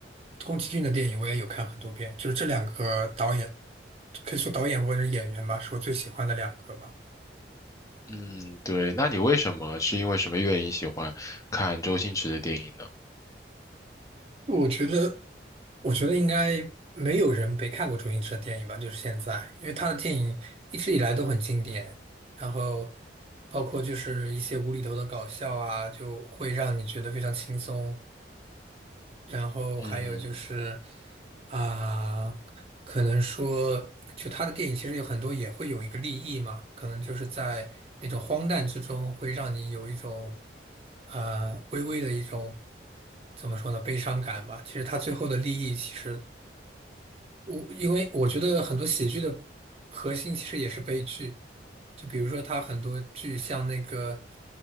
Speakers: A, on the right; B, on the left.
A: 宫崎骏的电影，我也有看很多遍，就是这两个导演，可以说导演或者是演员吧，是我最喜欢的两个吧。
B: 嗯，对，那你为什么是因为什么原因喜欢看周星驰的电影呢？
A: 我觉得，我觉得应该没有人没看过周星驰的电影吧，就是现在，因为他的电影一直以来都很经典，然后包括就是一些无厘头的搞笑啊，就会让你觉得非常轻松，然后还有就是
B: 嗯
A: 啊、可能说，就他的电影其实有很多也会有一个利益嘛，可能就是在那种荒诞之中，会让你有一种啊、微微的一种怎么说呢悲伤感吧。其实他最后的利益其实我因为我觉得很多喜剧的核心其实也是悲剧，就比如说他很多剧像那个，